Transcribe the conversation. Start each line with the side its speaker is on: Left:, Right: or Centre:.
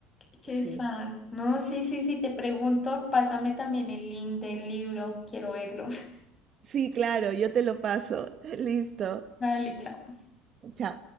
Left: chesa
Right: Sí,
Left: No, sí, sí, sí, te pregunto, pásame también el link del libro, quiero verlo.
Right: sí, claro, yo te lo paso. <laughs> Listo.
Left: <laughs> Vale, chao.
Right: Chao.